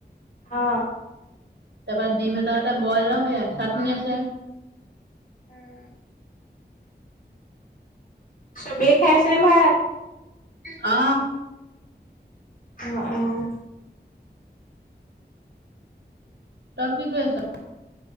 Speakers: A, on the left; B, on the right.
A: অ।
B: তাপা ডিম এটা এটা বইল অ সেইয়া চাটনি আছে।
A: উম। চবেই খাইছে ভাত
B: অ।
A: অ, অ।
B: তই কি কৰি আছ?